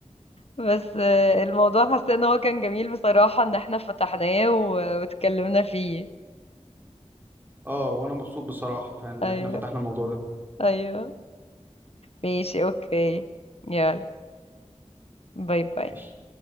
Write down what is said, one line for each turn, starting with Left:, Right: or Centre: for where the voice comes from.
Left: بس آه، الموضوع حاسة ان هو كان جميل بصراحة ان احنا فتحناه و- واتكلمنا فيه
Right: اه وأنا مبسوط بصراحة يعني إن
Left: ايوه
Right: إحنا فتحنا الموضوع ده
Left: ايوه ماشي اوكي يلا باي باي
Right: ماشي